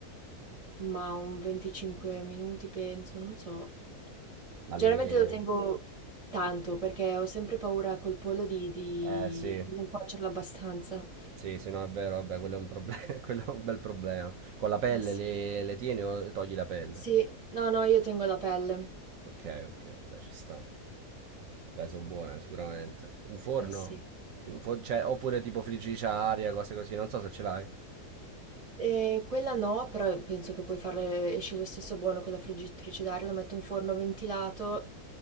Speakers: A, on the right; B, on the right.
A: Ma un 25 minuti penso, non so.
B: Ma
A: Generalmente
B: lì,
A: lo tengo tanto perché ho sempre paura col pollo di, di
B: eh sì,
A: di non cuocerlo abbastanza.
B: sì, sì, no, è vero, vabbè, quello è un proble- <laughs> quello è un bel problema. Con la pelle
A: Eh sì.
B: le, le tieni o togli la pelle?
A: Sì, no, no, io tengo la pelle.
B: Ok, ok, beh, ci sta. Beh, sono buone sicuramente. In forno?
A: Eh sì.
B: In fo- cioè, oppure tipo friggitrice a aria, cose così, non so se ce l'hai.
A: E quella no, però penso che puoi fare, esce lo stesso buono con la friggitrice d'aria, la metto in forno ventilato,